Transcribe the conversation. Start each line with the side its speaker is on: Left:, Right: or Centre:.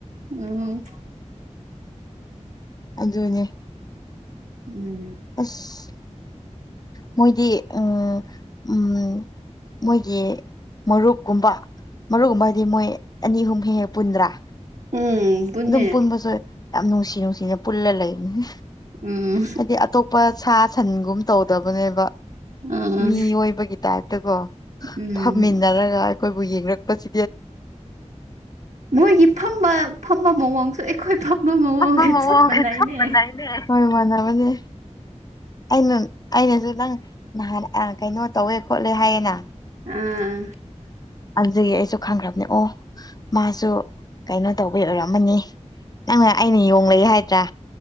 Right: ꯎꯝ
Left: ꯑꯗꯅꯦꯦ
Right: ꯎꯝ
Left: ꯑꯁ ꯃꯣꯏꯗꯤ ꯎꯝ ꯎꯝ ꯃꯣꯏꯒꯤ ꯃꯔꯨꯞꯀꯨꯝꯕ ꯃꯔꯨꯞꯀꯨꯝꯕꯗꯤ ꯃꯣꯏ ꯑꯅꯤ ꯑꯍꯨꯝ ꯍꯦꯛ ꯍꯦꯛ ꯄꯨꯟꯗ꯭ꯔꯥ
Right: ꯎꯝ ꯄꯨꯟꯅꯦ
Left: ꯑꯗꯨꯝ ꯄꯨꯟꯕꯁꯨ ꯌꯥꯝ ꯅꯨꯡꯁꯤ ꯅꯨꯡꯁꯤꯅ ꯄꯨꯜꯂ ꯂꯩꯕꯅꯤ
Right: ꯎꯝ
Left: ꯍꯥꯏꯗꯤ ꯑꯇꯣꯞꯄ ꯁꯥ ꯁꯥꯁꯟꯒꯨꯝ ꯇꯧꯗꯕꯅꯦꯕ
Right: ꯑꯥ
Left: ꯃꯤꯏꯕꯒꯤ ꯇꯥꯏꯞꯇꯀꯣ
Right: ꯎꯝ
Left: ꯐꯝꯃꯤꯟꯅꯔꯒ ꯑꯩꯈꯣꯏꯕꯨ ꯌꯦꯡꯂꯡꯛꯄꯁꯤ
Right: ꯃꯣꯏꯒꯤ ꯐꯝꯕ ꯐꯝꯕ ꯃꯑꯣꯡꯁꯨ ꯑꯩꯈꯣꯏ ꯊꯝꯕ ꯃꯑꯣꯒꯦ
Left: ꯃꯑꯣꯡꯒ
Right: ꯆꯄꯟꯥꯏꯅꯦ
Left: ꯆꯞ ꯃꯥꯟꯅꯩꯅꯦ ꯍꯣꯏ ꯃꯗꯕꯗꯤꯦ ꯑꯩꯅ ꯑꯩꯅꯁꯨ ꯅꯪ ꯅꯍꯥꯟ ꯀꯩꯅꯣ ꯇꯧꯋꯦ ꯈꯣꯠꯂꯦ ꯍꯥꯏꯌꯦꯅ
Right: ꯑꯥ
Left: ꯑꯗꯨꯒꯤ ꯑꯩꯁꯨ ꯈꯪꯈ꯭ꯔꯕꯅꯦ ꯑꯣ ꯃꯥꯁꯨ ꯀꯩꯅꯣ ꯇꯧꯕꯩ ꯑꯣꯏꯔꯝꯃꯅꯤ ꯅꯪꯅ ꯑꯩꯅ ꯌꯣꯡꯂꯦ ꯍꯥꯏꯗ꯭ꯔꯥ